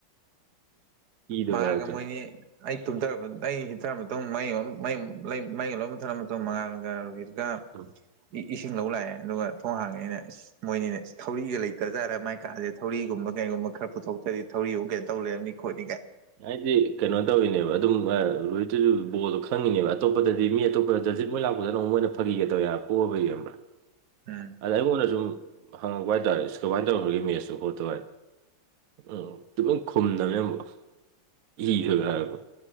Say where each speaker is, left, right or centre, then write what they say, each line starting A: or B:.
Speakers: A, on the right; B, on the right.
A: ꯏꯗꯣ
B: ꯃꯥꯡ
A: ꯀꯥꯔꯛꯇꯅ
B: ꯃꯣꯏꯅꯤ ꯑꯩ ꯇꯨꯝꯊꯔꯕ ꯑꯩ ꯍꯤꯊꯔꯕ ꯃꯇꯨꯡ ꯃꯩ ꯂꯩ ꯃꯩ ꯂꯣꯏ ꯊꯔ ꯃꯇꯨꯡ ꯃꯉꯥꯜꯒ ꯔꯨꯍꯤꯔꯀ
A: ꯎꯝ
B: ꯏꯁꯤꯡ ꯂꯧ ꯂꯥꯛꯑꯦ ꯑꯗꯨꯒ ꯊꯣꯡ ꯍꯥꯡꯉꯦ ꯑꯅ ꯃꯣꯏꯅꯤꯅ ꯊꯧꯔꯤꯒ ꯂꯩꯇꯖꯥꯔꯦ ꯃꯥꯏ ꯀꯥꯥꯁꯦ ꯊꯧꯔꯤꯒꯨꯝꯕ ꯀꯩꯒꯨꯝꯕ ꯈꯔ ꯄꯨꯊꯣꯛꯇꯗꯤ ꯊꯧꯔꯤꯒꯨꯝ ꯀꯩꯅ ꯇꯧ ꯂꯩꯔꯝꯅꯤ ꯈꯣꯠꯂꯤ
A: ꯍꯥꯏꯗꯤ ꯀꯩꯅꯣ ꯇꯧꯋꯅꯦꯕ ꯑꯗꯨꯝ ꯂꯨꯍꯤꯠꯇꯨꯁꯨ ꯕꯣꯜꯗꯣ ꯈꯪꯉꯤꯅꯦꯕ ꯑꯇꯣꯞꯄꯗꯗꯤ ꯃꯤ ꯑꯇꯣꯞꯄꯗ ꯖꯖꯤꯠ ꯃꯣꯏ ꯂꯥꯛꯄꯗ ꯅꯨꯛ ꯃꯣꯏꯅ ꯐꯥꯈꯤꯒꯗꯧꯔ ꯄꯣꯛꯑꯕ ꯌꯦꯡꯕ꯭ꯔꯥ
B: ꯎꯝ
A: ꯑꯗ ꯑꯩꯉꯣꯟꯗ ꯁꯨꯝ ꯍꯪꯉꯛꯄ ꯍꯥꯏꯇꯥꯔꯦ ꯀꯃꯥꯏꯅ ꯇꯧꯈꯒꯦ ꯃꯦꯠꯁꯁꯨ ꯍꯣꯠꯇꯦ ꯎꯝ ꯑꯗꯨꯂꯪ ꯈꯨꯝꯗꯕꯅꯦ ꯑꯃꯨꯀꯣ ꯏꯈꯒ ꯍꯥꯏꯔꯔꯕ